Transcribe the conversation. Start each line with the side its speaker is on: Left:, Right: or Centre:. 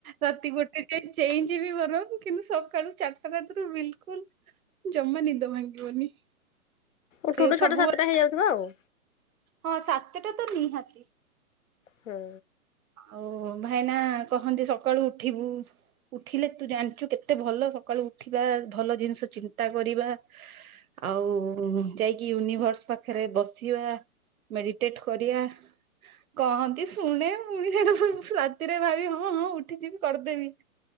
Right: ରାତି ଗୋଟେ ଯାଏ ଚେଇଁଯିବି ବରଂ। କିନ୍ତୁ ସକାଳୁ ଚାରଟା ରାତିରୁ ବିଲକୁଲ ଜମା ନିଦ ଭାଙ୍ଗିବନି।
Left: ଉଠୁଉଠୁ
Right: ସେ ସବୁବେଳେ
Left: ଛଅଟା ସାତଟା ହେଇଯାଉଥିବ ଆଉ
Right: ହଁ ସାତଟା ତ ନିହାତି।
Left: ହୁଁ।
Right: ଆଉ ଭାଇନା କହନ୍ତି ସକାଳୁ ଉଠିବୁ? ଉଠିଲେ ତୁ ଜାଣିଛୁ କେତେ ଭଲ ସକାଳୁ ଉଠିବା ଭଲ ଜିନିଷ ଚିନ୍ତା କରିବା। ଆଉ ଯାଇକି ୟୁନିଭର୍ସ ପାଖରେ ବସିବା। ମେଡିଟେଟ କରିବା କହନ୍ତି ଶୁଣେ। ପୁଣି ସେଟା ରାତିରେ ଭାବି ହଁ ହଁ ଉଠିଯିବି କରିଦେବି।